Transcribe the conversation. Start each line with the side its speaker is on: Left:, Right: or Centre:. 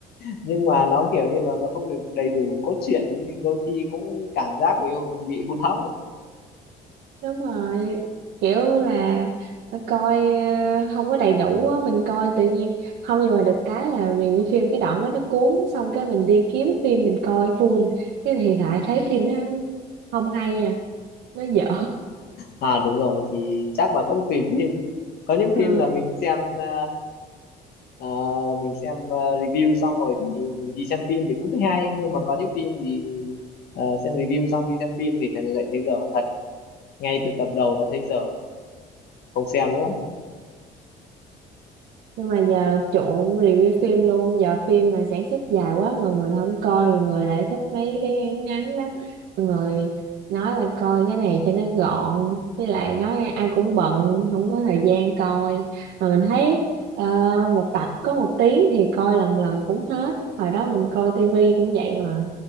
Left: nhưng mà nó kiểu như là nó không được đầy đủ cốt truyện thì đôi khi cũng cảm giác bị hụ- bị hụt hẫng
Right: đúng rồi kiểu là ờ, coi ờ, không có đầy đủ á mình coi tự nhiên không nhưng mà được cái là review phim cái đoạn đó nó cuốn xong cái mình đi kiếm phim mình coi full cái thì lại thấy phim nó không hay nha nó dở
Left: à đúng rồi thì chắc là cũng tùy phim có những
Right: Ờ.
Left: phim là mình xem ờ, ờ, mình xem ờ, review xong rồi thì mình đi xem phim thì cũng thấy hay nhưng mà có những phim thì ờ, xem review xong đi xem phim thì lại thấy dở thật ngay từ tập đầu đã thấy dở không xem nữa
Right: nhưng mà giờ chuộng review phim luôn giờ phim mà sản xuất dài quá mọi người không coi mọi người lại thích mấy cái ngắn ngắn đó mọi người nói là coi cái này cho nó gọn với lại nói ai cũng bận không có thời gian coi mà mình thấy ờ, một tập có một tiếng thì coi lần lần cũng hết hồi đó mình coi tivi cũng vậy mà